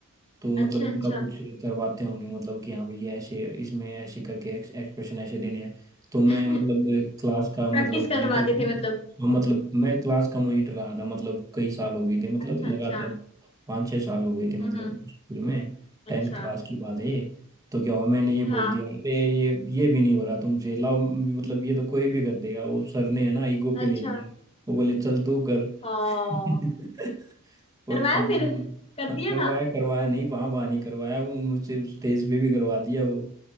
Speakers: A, on the right; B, on the left.
A: तो मतलब
B: अच्छा अच्छा
A: उनका कुछ करवाते होंगे मतलब कि हाँ भैया ऐसे इसमें ऐसे करके एक्स, एक्सप्रेशन ऐसे देने हैं तो मैं
B: <laughs>
A: मतलब क्लास का मतलब
B: प्रैक्टिस करवाते
A: मॉनिटर था
B: थे मतलब
A: हाँ, मतलब मैं क्लास का मॉनिटर रहा था मतलब कई साल हो गए थे मतलब
B: अच्छा अच्छा
A: लगातार पाँच छः साल हो गए थे मतलब
B: हम्म हम्म,
A: स्कूल में
B: अच्छा
A: टेंथ क्लास की बात है ये तो क्या हुआ मैंने ये बोल
B: हाँ
A: दिया अरे ये ये भी नहीं हो रहा तुमसे लाओ मतलब ये तो कोई भी कर देगा वो सर ने है ना ईगो पे
B: अच्छा
A: ले लिया वो बोले चल तू कर
B: हाँ
A: <laughs>
B: करवाया
A: और कमाल
B: फिर कर
A: हाँ,
B: दिया
A: करवाया
B: था
A: करवाया नहीं वहां वहां नहीं करवाया वो मुझसे उस स्टेज पे भी करवा दिया वो